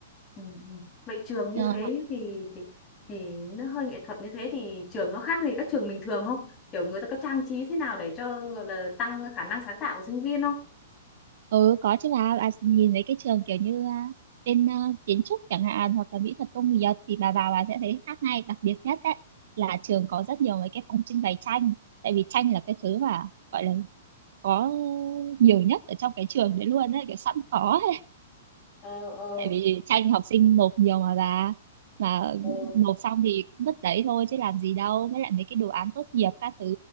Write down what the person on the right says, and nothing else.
Ờ,
ừ có chứ bà bà nhìn mấy cái trường kiểu như à, bên à, kiến trúc chẳng hạn hoặc là mỹ thuật công nghiệp thì bà vào bà sẽ thấy khác ngay đặc biệt nhất đấy là trường có rất nhiều mấy cái phòng trưng bày tranh tại vì tranh là cái thứ mà gọi là có nhiều nhất ở trong cái trường đấy luôn đấy kiểu sẵn có
tại vì tranh học sinh nộp nhiều mà bà mà
nộp xong thì cũng vứt đấy thôi chứ làm gì đâu với lại mấy cái đồ án tốt nghiệp các thứ